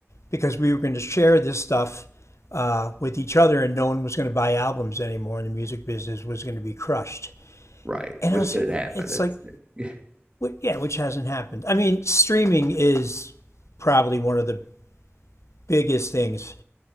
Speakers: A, on the left; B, on the right.
A: because we were going to share this stuff uh, with each other and no one was going to buy albums anymore and the music business was going to be crushed.
B: Right.
A: And
B: Which
A: I was,
B: didn't happen.
A: it's
B: It's
A: like,
B: <laughs>
A: yeah, which hasn't happened. I mean, streaming is probably one of the biggest things